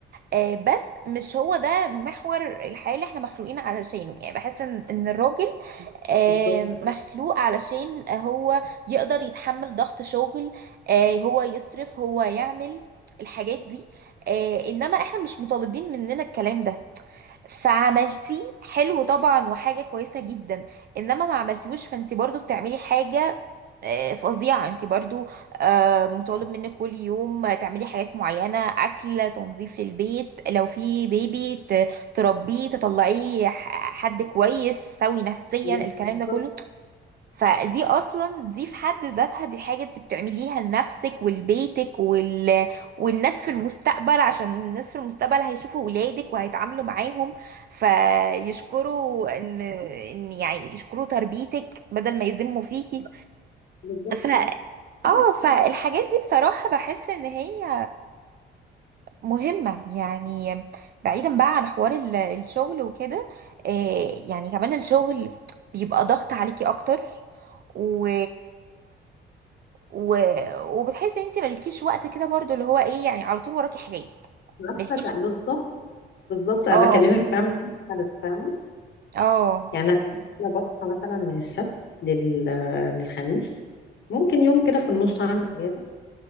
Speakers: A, on the right; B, on the left.
A: آه، بس مش هو ده محور الحياه اللي احنا مخلوقين علشانه يعني بحس ان إن الراجل آم،
B: بالظبط
A: مخلوق علشان هو يقدر يتحمل ضغط شغل آه، هو يصرف هو يعمل الحاجات دي آه، انما احنا مش مطالبين مننا الكلام ده فعملتيه حلو طبعا وحاجة كويسة جدا انما ما عملتيهوش فانت برضو بتعملي حاجة آه، فظيعة انت برضو آه، مطالب منك كل يوم تعملي حاجات معينة اكل تنظيف للبيت لو في بيبي ت- تربيه تطلعيه ح- حد كويس سوي نفسيا
B: بالظبط
A: الكلام ده كله فدي اصلا دي في حد ذاتها دي حاجة انت بتعمليها لنفسك ولبيتك وال... والناس في المستقبل عشان الناس في المستقبل هيشوفوا ولادك وهيتعاملوا معاهم فيشكروا ان ان يعني يشكروا تربيتك بدل ما يذموا فيكي
B: بالظبط
A: ف اه فالحاجات دي بصراحة بحس ان هي مهمة يعني بعيدا بقى عن حوار ال- الشغل وكده آه، يعني كمان الشغل بيبقى ضغط عليكي اكتر و و... وبتحسي ان انت مالكيش وقت كده برضو اللي هو ايه يعني على طول وراكي حاجات
B: عارفة
A: مالكيش
B: ده- بالظبط بالظبط انا
A: اه
B: بكلمك فاهمة الهدف، فاهمة
A: اه
B: يعني انا أنا بصحى مثلا من السبت لل... للخميس ممكن يوم كده في النص اعمل اجازة